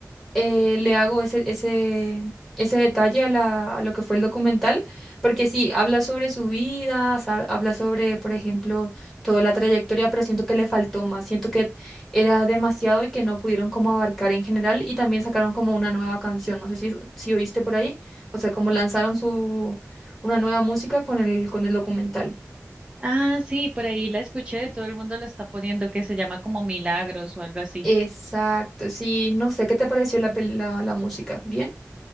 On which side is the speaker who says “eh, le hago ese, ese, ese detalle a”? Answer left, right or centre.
Centre